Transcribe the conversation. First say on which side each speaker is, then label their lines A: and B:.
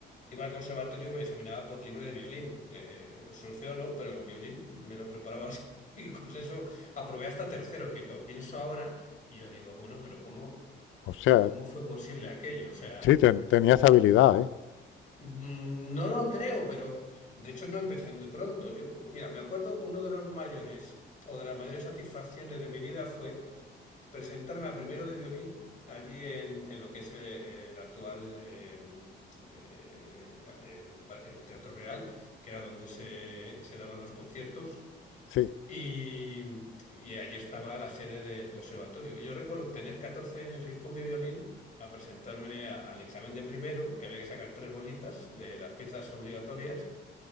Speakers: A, on the left (about 40°); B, on the left (about 80°).
A: iba al conservatorio y me examinaba por libre de violín. Eh, solfeo no, pero violín me lo preparaba así. <laughs> y con eso aprobé hasta tercero, que lo pienso ahora y yo digo, bueno, pero ¿cómo,
B: o sea,
A: cómo fue posible aquello? O sea.
B: sí, ten- tenía esa habilidad, ¿eh?
A: Mm, No lo creo, pero de hecho no empecé muy pronto. Yo, mira, me acuerdo uno de los mayores o de las mayores satisfacciones de mi vida fue presentarme a primero de violín allí en, en lo que es eh, el actual eh, eh, pa- el, pa- el Teatro Real, que era donde se, se daban los conciertos.
B: Sí.
A: Y, y allí estaba la sede del conservatorio. Yo recuerdo tener 14 años y ir con mi violín a presentarme a- al examen de primero, que había que sacar tres bolitas de las piezas obligatorias.